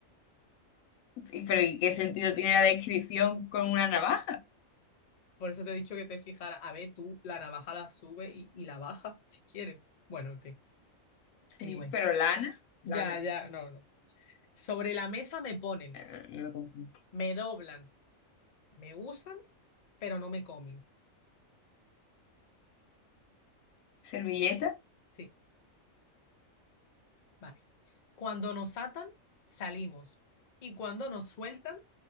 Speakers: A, on the left; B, on the left.
A: y- pero ¿y qué sentido tiene la descripción con una navaja?
B: Por eso te he dicho que te fijaras A ver, tú la navaja la sube y, y la baja <laughs> si quieres. Bueno, en fin.
A: Sí,
B: Anyway.
A: pero lana,
B: Ya,
A: lana,
B: ya, no, no. Sobre la mesa me ponen,
A: eh, no lo comprendo.
B: me doblan, me usan, pero no me comen.
A: ¿Servilleta?
B: Sí, vale. Cuando nos atan, salimos. Y cuando nos sueltan,